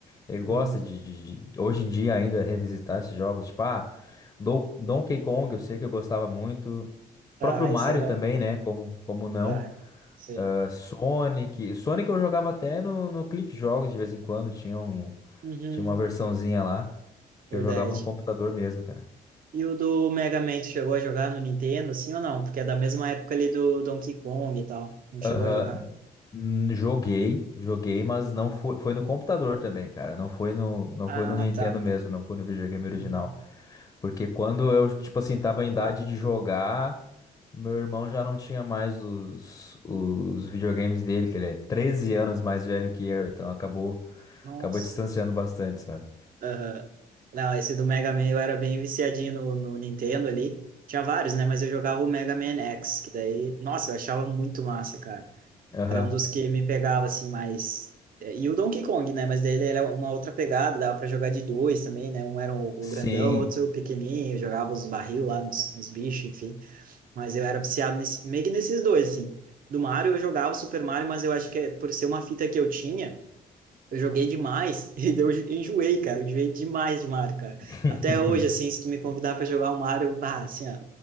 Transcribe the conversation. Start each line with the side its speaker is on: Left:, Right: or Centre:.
Left: ele
Right: Uhum.
Left: gosta de, de- de- hoje em dia ainda revisitar esses jogos, tipo, ah, Don- Donkey Kong, eu sei que eu gostava muito.
Right: Ah,
Left: Próprio Mario
Right: esse era.
Left: também, né? Como, como não?
Right: Ah, sei.
Left: Ah, Sonic. Sonic eu jogava até no, no Clique Jogos de vez em quando, tinha um,
Right: Uhum.
Left: tinha uma versãozinha lá que
Right: Verdade.
Left: eu jogava no computador mesmo, cara.
Right: E o do Mega Man, tu chegou a jogar no Nintendo, sim ou não? Porque é da mesma época ali do Donkey Kong e tal. Não chegou
Left: Aham,
Right: a jogar?
Left: n- n- Joguei, joguei, mas não foi, foi no computador também, cara. Não foi no, não
Right: Ah,
Left: foi no Nintendo
Right: tá.
Left: mesmo, não foi no videogame original.
Right: Uhum.
Left: Porque quando eu, tipo assim, tava em idade de jogar, meu irmão já não tinha mais os, os videogames dele, que ele é 13 anos mais velho que eu, então acabou,
Right: Nossa.
Left: acabou distanciando bastante, sabe?
Right: Aham. Não, esse do Mega Man eu era bem viciadinho no, no Nintendo ali. Tinha vários, né? Mas eu jogava o Mega Man X, que daí. Nossa, eu achava muito massa, cara.
Left: Aham.
Right: Era um dos que me pegava, assim, mais. é, E o Donkey Kong, né? Mas dele era uma outra pegada, dava pra jogar de dois também, né? Um era o,
Left: Sim.
Right: o grandão, outro o pequenininho, eu jogava os barril lá nos, nos bichos, enfim. Mas eu era viciado nesse, meio que nesses dois, assim. Do Mario eu jogava o Super Mario, mas eu acho que é por ser uma fita que eu tinha. Eu joguei demais <laughs> e eu enjoei, cara. Eu enjoei demais de Mario, cara.
Left: <laughs>
Right: Até hoje, assim, se tu me convidar pra jogar o Mario, bah, assim, ó,